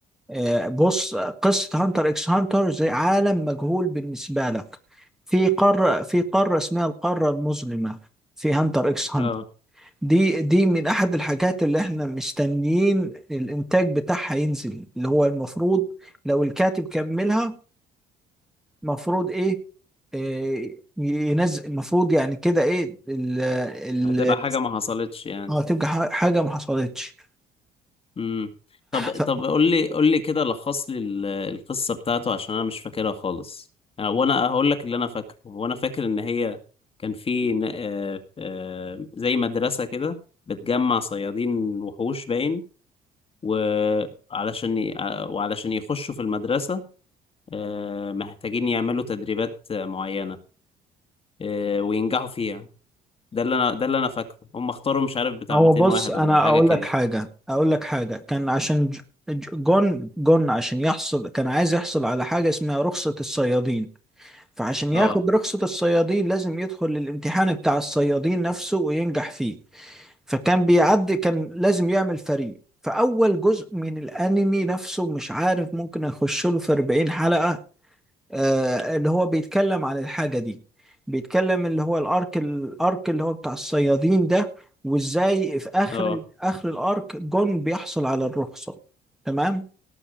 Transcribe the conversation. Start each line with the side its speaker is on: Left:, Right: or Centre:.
Centre: آه، بص قصة هانتر اكس هانتر زي عالم مجهول بالنسبة لك في قارة في قارة اسمها القارة المظلمة في هانتر اكس هانتر
Left: اه
Centre: دي دي من احد الحاجات اللي احنا مستنيين الانتاج بتاعها ينزل اللي هو المفروض لو الكاتب كملها مفروض ايه, إيه ينزل المفروض يعني كده ايه ال
Left: هتبقى
Centre: ال
Left: حاجة ما حصلتش يعني
Centre: اه تبقى ح- حاجة ما حصلتش
Left: امم طب
Centre: ف-
Left: طب قول لي قول لي كده لخص لي ال- القصة بتاعته عشان انا مش فاكرها خالص انا وانا هقول لك اللي انا فاكره وانا فاكر ان هي كان في ن- آه، آه، زي مدرسة كده بتجمع صيادين وحوش باين وعلشان ي- آه، وعلشان يخشوا في المدرسة آه، محتاجين يعملوا تدريبات آه، معينة آه، وينجحوا فيها ده اللي انا ده اللي انا فاكره هم اختاروا مش عارف بتاع
Centre: هو
Left: 200
Centre: بص
Left: واحد
Centre: انا
Left: ولا حاجة
Centre: اقول
Left: كده
Centre: لك حاجة اقول لك حاجة كان عشان ج- ج- جون جون عشان يحصل كان عايز يحصل على حاجة اسمها رخصة الصيادين فعشان
Left: اه
Centre: ياخد رخصة الصيادين لازم يدخل الامتحان بتاع الصيادين نفسه وينجح فيه فكان بيعدي كان لازم يعمل فريق فأول جزء من الأنمي نفسه مش عارف ممكن أخش له في 40 حلقة آه اللي هو بيتكلم عن الحاجة دي بيتكلم اللي هو الأرك الأرك اللي هو بتاع الصيادين ده وإزاي في آخر
Left: اه
Centre: آخر الأرك جون بيحصل على الرخصة تمام